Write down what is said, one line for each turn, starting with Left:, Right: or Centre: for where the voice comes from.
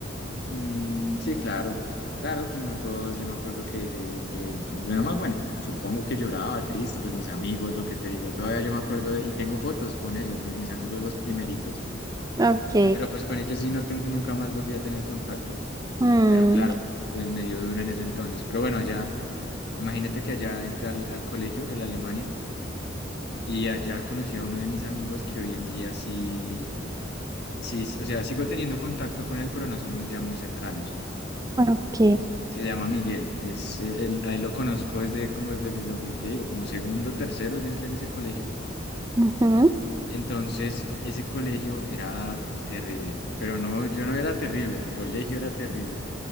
Left: mm, sí, claro, claro, como todos, yo me acuerdo que ese- yo, yo- bueno, más bueno, supongo que lloraba triste, pues mis amigos, lo que te digo, todavía yo me acuerdo y tengo fotos con ellos, los- mis amigos los primeritos.
Right: Ok.
Left: Pero pues con ellos sí no tengo, nunca más volví a tener contacto,
Right: mm,
Left: pero claro, pues me dio duro en ese entonces. Pero bueno, allá, imagínate que allá entré al, al colegio en Alemania y allá conocí a uno de mis amigos que hoy en día sí, sí, o sea, sigo teniendo contacto con él, pero no somos ya muy cercanos.
Right: ok.
Left: Se llama Miguel, es, eh, él- a él lo conozco desde como, pues, de lo que te digo, como segundo, tercero, yo entré en ese colegio.
Right: ujú.
Left: Entonces, ese colegio era terrible, pero no, yo no era terrible, el colegio era terrible